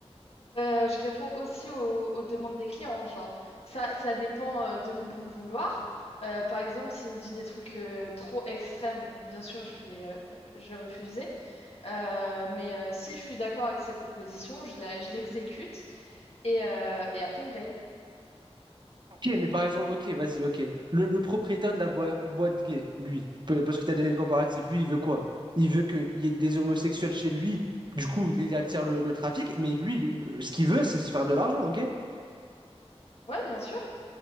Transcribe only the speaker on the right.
Ok, mais par exemple, ok, vas-y, ok. Le, le propriétaire de la boi- boîte gay, lui, p- parce que tu as donné le comparatif, lui, il veut quoi? Il veut qu'il y ait des homosexuels chez lui, du coup, il, il attire le, le trafic, mais lui, le- le- ce qu'il veut, c'est se faire de l'argent, ok?